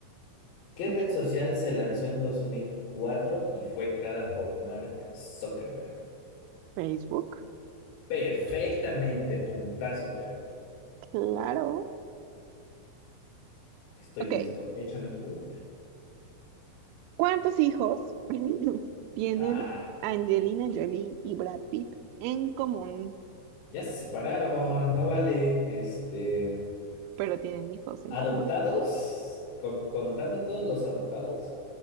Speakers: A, on the left; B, on the right.
A: ¿Qué
B: Ok.
A: red social se lanzó en 2004 y fue creada por Mark Zuckerberg?
B: Facebook,
A: Perfectamente, puntazo, Fer.
B: claro.
A: Estoy
B: Ok.
A: listo. Échame tu pregunta.
B: ¿Cuántos hijos <laughs> tienen
A: Ah,
B: Angelina Jolie y Brad Pitt en común?
A: ya se separaron, no vale. Este,
B: Pero tienen hijos en
A: ¿adoptados?
B: común.
A: ¿Con- contando todos los adoptados?